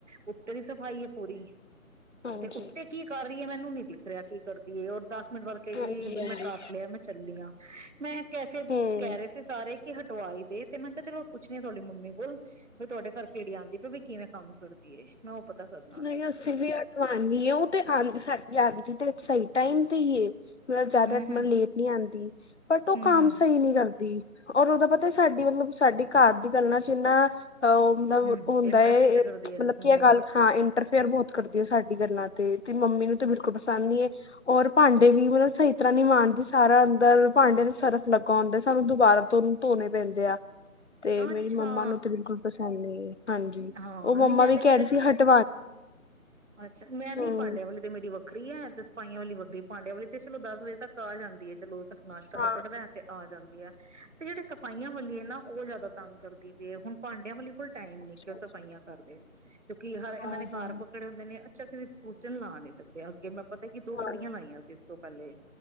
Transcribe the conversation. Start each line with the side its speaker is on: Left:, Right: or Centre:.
Right: ਉੱਤਰ ਦੀ ਸਫ਼ਾਈ ਹੈ, ਪੂਰੀ
Left: ਹਾਂਜੀ
Right: ਤੇ ਉੱਤੇ ਕੀ ਕਰ ਰਹੀ ਏ ਮੈਨੂੰ ਨੀ ਦਿਖ ਰਿਹਾ ਕੀ ਕਰਦੀ ਔਰ ਦੱਸ ਮੈਨੂੰ ਬਾਦ ਕਹਿ
Left: ਹਾਂਜੀ
Right: ਵੀ
Left: ਹਾਂਜੀ
Right: ਮੈਂ ਕਰ ਲਿਆ ਮੈਂ ਚੱਲੀ ਆ ਮੈਂ ਕੈਫੇ
Left: ਹੂੰ
Right: ਕਹਿ ਰਹੇ ਸੀ ਸਾਰੇ ਕੀ ਹਟਵਾਈ ਦੇ ਤੇ ਮੈਂ ਕਿਹਾ ਚਲੋ ਪੁੱਛਣੀ ਆ ਤੁਹਾਡੀ ਮੰਮੀ ਕੋਲ ਵਈ ਤੁਹਾਡੇ ਘਰ ਕਿੜੀ ਆਦੀ ਬਈ ਕਿਵੇਂ ਕੰਮ ਕਰਦੀ ਆਏ ਮੈਂ ਪਤਾ ਕਰਨਾ
Left: ਨਹੀਂ
Right: ਸੀ
Left: ਅਸੀਂ ਵੀ ਹਟਵਾਣੀ ਏ ਉਹ ਤੇ ਆਂਦੀ ਤ ਸਾਡੀ ਆਦੀ ਤੇ ਸਹੀ ਟਾਈਮ ਤੇ ਇ ਏ ਮਤਲਬ ਜ਼ਿਆਦਾ
Right: ਹਮ
Left: ਮਤਲਬ
Right: ਹਮ
Left: ਲੇਟ ਨੀ ਆਉਂਦੀ ਬਟ ਉਹ
Right: ਹਮ
Left: ਕੰਮ
Right: ਹਮ
Left: ਸਹੀ ਨੀ ਕਰਦੀ ਔਰ ਉਹਦਾ ਪਤਾ ਸਾਡੀ ਮਤਲਬ ਸਾਡੀ ਘਰ ਦੀ ਗੱਲਾਂ ਚ ਇਨਾ ਉਹ ਮਤਲਬ
Right: ਹਮ
Left: ਹੁੰਦਾ
Right: ਇੰਟਰਫੇਅਰ ਕਰਦੀ ਹੈ
Left: ਮਤਲਬ
Right: ਹਮ
Left: ਕੀ ਇਹ ਗੱਲ ਇੰਟਰਫੇਅਰ ਬਹੁਤ ਕਰਦੀ ਏ, ਗਈ ਸਾਡੀ ਗੱਲਾਂ ਤੇ ਤੇ ਮੰਮੀ ਨੂੰ ਤੇ ਬਿਲਕੁਲ ਪਸੰਦ ਨੀ ਏ ਔਰ ਭਾਂਡੇ ਵੀ ਮਤਲਬ ਸਹੀ ਤਰ੍ਹਾਂ ਨੀ ਮਾਂਜਦੀ, ਸਾਰਾ ਅੰਦਰ ਭਾਂਡਿਆਂ ਦੇ ਸਰਫ ਲੱਗਾ ਹੁੰਦਾ ਸੱਭ ਦੁਬਾਰਾ ਤੋਂ ਧੋਣੇ ਪੈਂਦੇ ਆ। ਤੇ ਮੇਰੀ
Right: ਅੱਛਾ
Left: ਮੰਮਾ ਨੂੰ ਤੇ ਬਿਲਕੁਲ ਪਸੰਦ ਨਹੀਂ ਹਾਂਜੀ
Right: ਹਾਂ
Left: ਉਹ ਮੰਮਾ
Right: ਨਹੀਂ ਮੈਂ
Left: ਵੀ
Right: ਤੇ
Left: ਕਹਿ
Right: ਫਿਰ ਇਹਨੂੰ
Left: ਰਹੀ ਸੀ ਹਜੇ
Right: ਅੱਛਾ ਮੈਂ ਨੀ
Left: ਹਮ
Right: ਭਾਂਡਿਆ ਵਾਲੀ ਤੇ ਮੇਰੀ ਵੱਖਰੀ ਹੈ। ਤੇ ਸਿਫਾਈਆਂ ਵਾਲੀ ਵੱਖਰੀ। ਭਾਂਡਿਆਂ ਵਾਲੀ ਤੇ ਚਲੋ ਦਸ ਵਜੇ ਤੱਕ ਆ ਜਾਂਦੀ ਹੈ ਚਲੋ ਨਾਸ਼ਤਾ
Left: ਹਾਂ
Right: ਨਿਪਟਦਾ ਤੇ ਆ ਜਾਂਦੀ। ਤੇ ਜਿਹੜੇ ਸਫਾਈਆਂ ਵਾਲੀਏ ਨਾ ਉਹ ਜ਼ਿਆਦਾ ਤੰਗ ਕਰਦੀ ਪਈ ਹੁਣ ਭਾਂਡਿਆਂ ਵਾਲੇ ਕੋਲ ਟਾਈਮ
Left: ਅੱਛਾ
Right: ਨੀ ਕਿ ਓ
Left: ਅੱਛਾ
Right: ਸਫਾਈਆਂ ਕਰਦੇ। <unintelligible> ਕਿਉਂਕਿ ਹਰ ਇਹਨਾਂ
Left: ਹਾਂ
Right: ਨੇ
Left: ਹਾਂ
Right: ਘਰ ਪਕੜੇ ਹੁੰਦੇ ਨੇ। ਅਛਾ ਕਿ ਦੂਸ ਦਿਨ ਲਾ ਨੀ ਸਕਦੇ ਆ ਅੱਗੇ ਮੈਂ ਪਤਾ ਕਿ ਦੋ
Left: ਹਾਂ
Right: ਕੁੜੀਆਂ ਲਾਈਆਂ ਸੀ ਇਸ ਤੋਂ ਪਹਿਲੇ